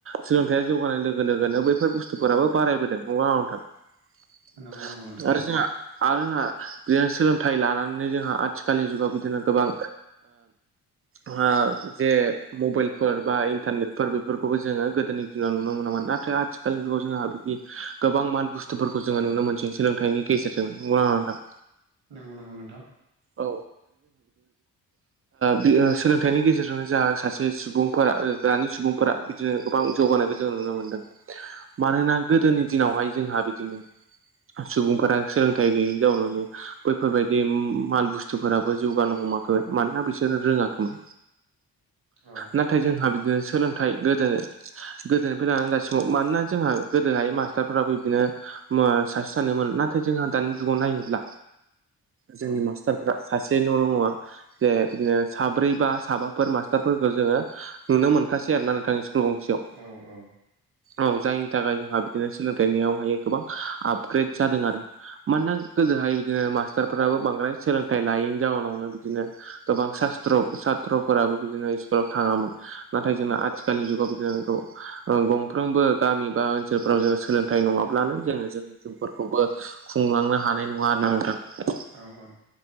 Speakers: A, on the right; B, on the right.
A: सोलोंथाइया जौगानाय लोगो लोगोनो बै बेफोर बुस्थुफोराबो बारायबोदों नंगौ ना नङा नोंथां।
B: नंगौ नंगौ नोंथां
A: आरो जोंहा आरो जोंहा बिदिनो सोलोंथाइ लानानैनो जोंहा आथिखालनि जुगाव बिदिनो गोबां ओ जे मबाइलफोर, बा इन्टारनेटफोर बेफोरखौबो जोङो गोदोनि दिनाव नुनो मोनामोन। नाथाय आथिखालनि जुगाव जोंहा गोबां माल बुस्थुफोरखौ जोङो नुनो मोनसै सोलोंथाइनि गेजेरजों नंगौ ना नङा नोंथां।
B: नंगौ नंगौ नोंथां।
A: औ ओ बेयो सोलों थाइनि गेजेरजोंनो जाहा सासे सुबुंफोरा आरो दानि सुबुंफोरा बिदिनो गोबां जौगानायखौ जोङो नुनो मोनदों। <unintelligible> मानोना गोदोनि दिनावहाय जोंहा बिदिनो सुबुंफोरा सोलोंथाइ गैयिनि जाउनावनो बैफोरबायदि माल बुस्थुफोराबो जौगानो हमाखै। मानोना बिसोरो रोङाखैमोन।
B: औ
A: नाथाय जोंहा बिदिनो सोलोंथाइ गोदो गोदोनिफ्राय लानानै दासिमाव मानोना जोंहा गोदोहाय माखासे फोराबो बिदिनो सासे सानोमोन नाथाय जोंहा दानि जुगाव नायोब्ला
B: औ
A: जोंनि
B: औ
A: मास्टारफ्रा सासे न'ल' नङा जे बिदिनो साब्रै बा साबा फोर मास्टारफोरखौ जोङो नुनो मोनखासै आरोना नोंथां स्कुल गंसेयाव।
B: औ औ
A: औ जायनि थाखाय जोंहा बिदिनो सोलोंथाइनियावहाय गोबां आपग्रेड जादों आरो। मानोना गोदोहाय बिदिनो मास्टारफोराबो बांद्राय सोलोंथाइ लायैनि जााहनावनो बिदिनो गोबां सास्त्र सात्र'फोराबो बिदिनो स्कुलाव थाङामोन। नाथाय जोंना आथिखालनि जुगाव बिदिनो गंफ्रोमबो गामि बा ओनसोलफ्राव जोङो सोलोंथाइ नङाब्लानो जोङो जोंनि जिउफोरखौबो खुंलांनो हानाय नङा आरोना नोंथां।
B: औ औ।